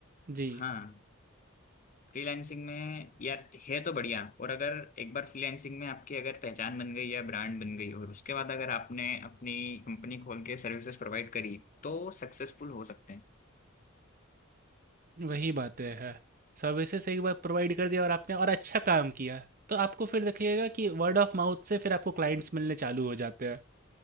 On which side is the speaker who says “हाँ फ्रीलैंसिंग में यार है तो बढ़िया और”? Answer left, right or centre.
Left